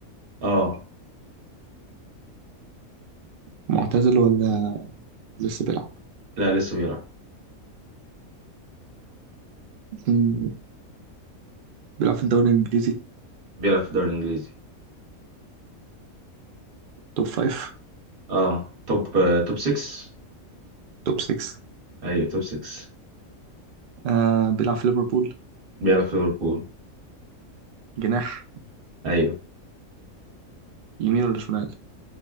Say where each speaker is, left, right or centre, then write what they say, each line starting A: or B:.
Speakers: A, on the right; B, on the right.
A: اه
B: معتزل ولا لسه بيلعب؟
A: لا لسه بيلعب
B: مم، بيلعب في الدوري الإنجليزي
A: بيلعب في الدوري الانجليزي
B: توب فايف
A: اه توب آه، توب 6
B: توب سكس
A: ايوه توب 6
B: آه بيلعب في ليفربول
A: بيلعب في ليفربول
B: جناح
A: ايوه
B: يمين ولا شمال؟